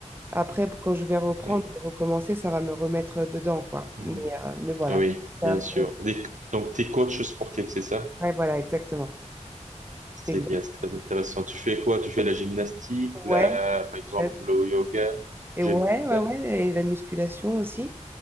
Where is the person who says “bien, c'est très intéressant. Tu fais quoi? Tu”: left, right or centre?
Right